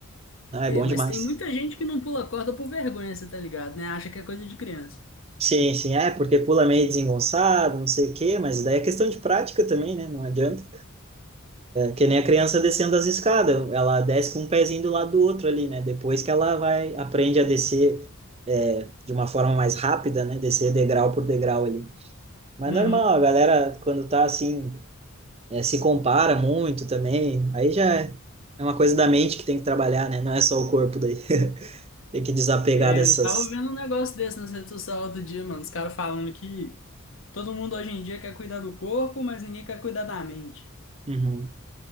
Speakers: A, on the right; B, on the left.
A: Ah,
B: É,
A: é bom
B: mas
A: demais.
B: tem muita gente que não pula corda por vergonha, você tá ligado, né? Acha que é coisa de criança.
A: Sim, sim, é, porque pula meio desengonçado, não sei o quê, mas daí é questão de prática também, né? Não adianta. Que nem a criança descendo as escadas, ela desce com um pezinho do lado do outro ali, né? Depois que ela vai, aprende a descer é, de uma forma mais rápida, né? Descer degrau por degrau ali. Mas
B: Uhum.
A: normal, a galera, quando tá assim, é, se compara muito também, aí já é é uma coisa da mente que tem que trabalhar, né? Não é só o corpo daí. <laughs> Tem que desapegar
B: É,
A: dessas.
B: eu tava vendo um negócio desse nas redes sociais outro dia, mano. Os caras falando que todo mundo hoje em dia quer cuidar do corpo, mas ninguém quer cuidar da mente.
A: Uhum.